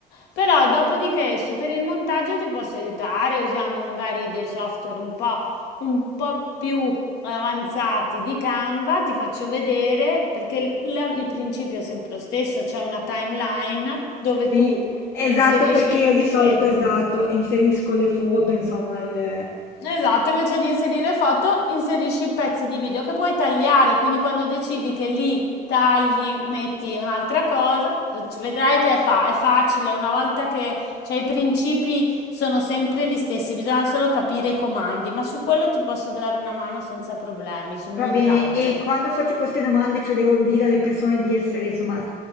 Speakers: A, on the left; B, on the left.
A: Però dopodiché su- per il montaggio ti posso aiutare, usiamo magari dei software un po', un po' più avanzati di Canva, ti faccio vedere perché l- la- il principio è sempre lo stesso, c'è una timeline dove
B: Sì,
A: tu
B: esatto,
A: inserisci
B: perché io
A: le sequenze.
B: di solito, esatto, inserisco le foto, insomma, il...
A: Esatto, invece di inserire foto, inserisci pezzi di video che puoi tagliare, quindi quando decidi che lì tagli, metti un'altra cosa, eh, ci vedrai che è, fa- è facile, una volta che cioè, i principi sono sempre gli stessi, bisogna solo capire i comandi, ma su quello ti posso dare una mano senza problemi, sul montaggio.
B: va bene. E quando faccio queste domande, cioè devo dire alle persone di essere, insomma,